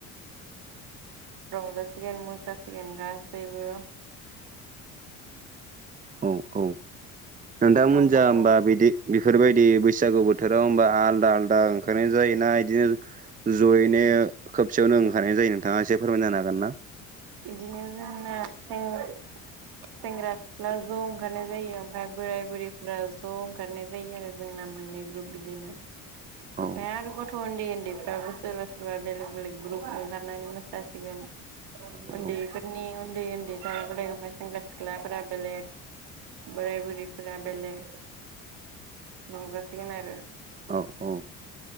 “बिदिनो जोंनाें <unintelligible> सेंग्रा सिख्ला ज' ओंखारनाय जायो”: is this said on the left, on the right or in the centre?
Right